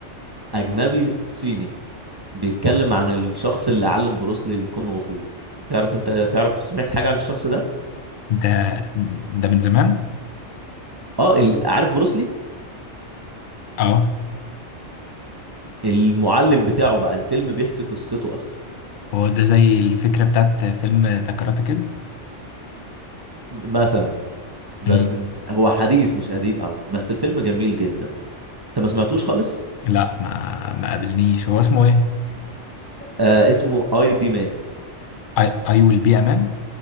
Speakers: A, on the right (about 35°); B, on the left (about 60°).
A: اجنبي صيني بيتكلم عن الشخص اللي علم بروسلي الكونغ فو تعرف انت تعرف سمعت حاجة عن الشخص ده
B: ده ده من زمان
A: اه ال- عارف بروسلي
B: اه
A: المعلم بتاعه بقى الفيلم بيحكي قصته اصلا
B: هو ده زي الفكرة بتاعت فيلم ذا كاراتيه كيد
A: م- مثلا بس
B: مم.
A: هو حديث مش قديم قوي بس الفيلم جميل جدا انت ما سمعتوش خالص
B: لا ما ما قابلنيش هو اسمه ايه
A: آه اسمه اي بي مان
B: اي اي ويل بي امان